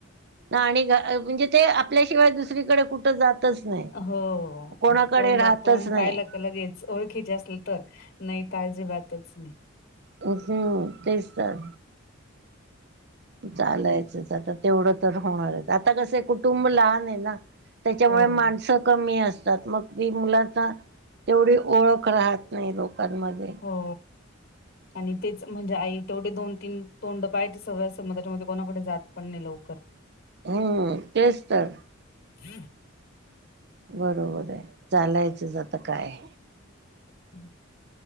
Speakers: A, on the right; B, on the left.
A: आणि म्हणजे ते आपल्याशिवाय दुसरीकडे कुठं जातं. राहतच नाहीं
B: हो
A: कोणाकडे
B: तोंड
A: राहतच
B: तोंड
A: नाहीं.
B: पाहिलं लगेच ओळखीचे असलं तर नाहीं अजीबातच नाहीं.
A: हम्मं तेचतर. चालायचंच आता तेवढं तरं होणारच आता कसं कुटुंब लहान आहे ना. त्याच्यामुळे
B: हो.
A: माणसं कमी असतं. तरं मगं ती मुलाचा तेवढी ओळख राहतं नाहीं लोकांमध्ये.
B: हो. आणि तेचं म्हणजे आई तेवढे दोन तीन तोंड पाहाते सगळ्यां समज त्याच्यामध्ये कोणाकडे जातं पणं नाही लवकर. <unintelligible>
A: हम्मं तेचं तरं.
B: हं.
A: बरोबर आहे चालायचंच आता कायं.
B: हं.